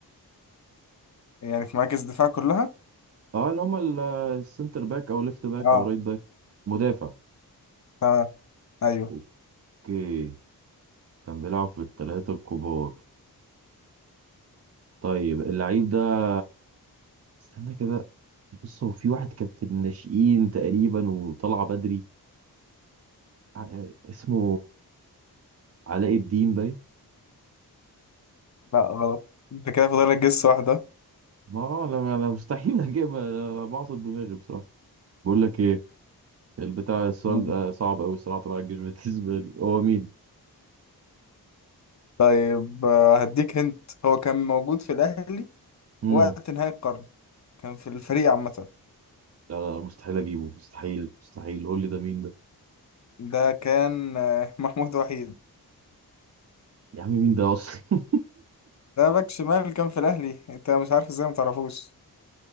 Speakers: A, on the left; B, on the right.
A: يعني في مراكز الدفاع كلها
B: اه اللي هم السنتر باك او ليفت باك
A: اه
B: او رايت باك مدافع
A: تمام ايوه
B: اوكي كان بيلعب في الثلاثة الكبار طيب اللعيب ده استنى كده بص هو في واحد كان في الناشئين تقريبا وطلع بدري ع- اسمه علاء الدين باين
A: لا غلط انت كده فاضل لك جس واحده
B: ما هو انا انا مستحيل <laughs> اجيبها انا أنا بعصب دماغي بصراحة بقول لك ايه البتاع السؤال
A: مم.
B: ده صعب قوي الصراحة طلع الجيش بالنسبة لي هو مين؟
A: طيب آه، هديك هنت هو كان موجود في الاهلي
B: امم
A: وقت نهايه القرن كان في الفريق عامه
B: لا لا لا، مستحيل اجيبه مستحيل مستحيل قول لي ده مين ده
A: ده كان آه، <laughs> محمود وحيد
B: يا عم مين ده اصلا <laughs>
A: ده باك شمال كان في الاهلي انت مش عارف ازاي ما تعرفوش